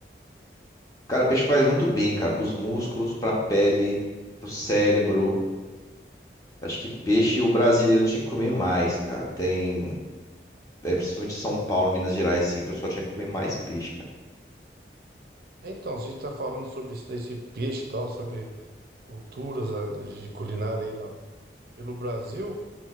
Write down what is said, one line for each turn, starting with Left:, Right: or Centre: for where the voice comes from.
Left: Cara, peixe faz muito bem, cara, pros músculos, pra pele, pro cérebro. Acho que peixe o brasileiro tinha que comer mais, cara. Tem, é, principalmente São Paulo, Minas Gerais, assim, o pessoal tinha que comer mais peixe, cara.
Right: Então, se a gente tá falando sobre isso esse peixe e tal, sobre culturas ah, da- de culinária aí na, pelo Brasil,